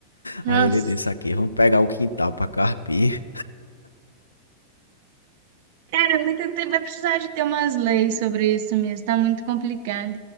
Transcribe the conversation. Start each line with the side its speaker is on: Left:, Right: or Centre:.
Right: Nossa.
Left: Aí ele disse aqui, vamos pegar o quintal para carpir.
Right: Cara, é muito tempo vai precisar de ter umas leis sobre isso mesmo, tá muito complicado.